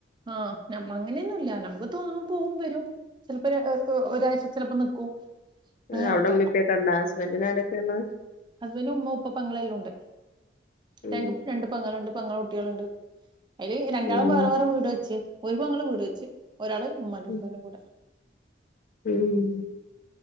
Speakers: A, on the right; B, on the left.
A: ആഹ്, നമ്മ അങ്ങനെയൊന്നുല്ല നമ്മക്ക് തോന്നും പോവും വെരും. ചിലപ്പോ ഒര് <unintelligible> ഒരാഴ്ച ചെലപ്പ നിക്കും. അങ്ങനൊക്കെ
B: ഏഹ്, അവിടെ ഉമ്മി ഉപ്പ യൊക്കെ ഇണ്ടോ? ഹസ്ബെന്റിന് ആരൊക്കെ ഇളെള?
A: ഹസ്ബൻഡു, ഉമ്മ, ഉപ്പ, പെങ്ങളെല്ലാ ഉണ്ട്.
B: ഉം
A: രങ്ക് രണ്ട് പെങ്ങള്ണ്ട് പെങ്ങളെ കുട്ടിളുണ്ട്. അയില് രണ്ടാളും
B: ഉം
A: വേറെ വേറെ വീട് വെച്ച്. ഒരു പെങ്ങള് വീട് വെച്ച്. ഒരാള് ഉമ്മാന്റി
B: ഉം
A: ഉപ്പാന്റി കൂടെ
B: ഉം,